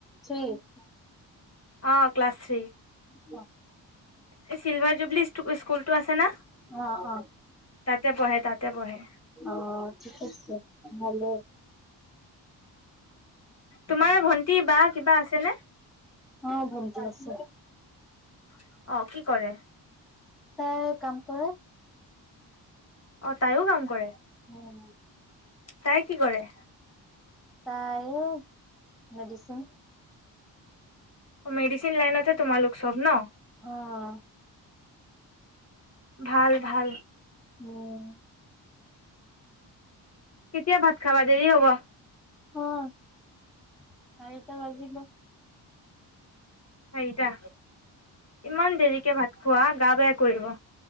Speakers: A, in the centre; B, on the left.
A: থ্ৰীত
B: অ ক্লাছ থ্ৰী
A: অ
B: এই চিলভাৰ জুবলি স্কুলটো আছে না
A: অ অ অ
B: তাতে পঢ়ে তাতে পঢ়ে
A: অ ঠিক আছে ভালে
B: তোমাৰ ভন্টি বা কিবা আছেনে
A: অ ভন্তি আছে
B: অ কি কৰে
A: তাই কাম কৰে
B: অ তাইও কাম কৰে
A: আহ
B: তাই কি কৰে
A: তাই এ মেডিচিন
B: মেডিচিন লাইনতে তোমালোক চব ন
A: আহ
B: ভাল ভাল
A: উম
B: কেতিয়া ভাত খাবা দেৰি হ'ব
A: অ চাৰিটা বাজিব
B: চাৰিটা ইমান দেৰি কে ভাত খোৱা গা বেয়া কৰিব